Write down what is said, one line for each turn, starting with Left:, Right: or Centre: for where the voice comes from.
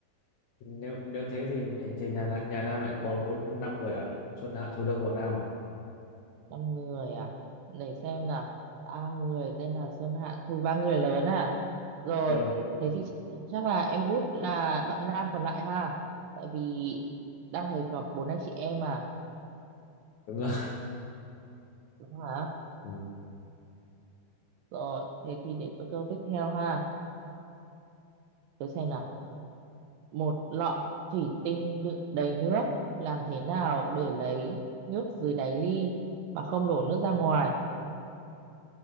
Left: nếu nếu thế thì nhà, thì nhà, nhà Nam lại có bốn năm người à Xuân Hạ Thu Đông và Nam à
Right: Năm người à? Để xem nào. Ba người tên là Xuân Hạ Thu, ba người lớn à? Rồi,
Left: ừ
Right: thế thì chắc chắc là em út là bạn nam còn lại ha. Tại vì đang thấy có bốn anh chị em à,
Left: đúng rồi
Right: đúng hả?
Left: <laughs> ừ.
Right: Rồi, thế thì để tôi câu tiếp theo ha. Tôi xem nào. một lọ thủy tinh đựng đầy nước làm thế nào để lấy nước dưới đáy ly mà không đổ nước ra ngoài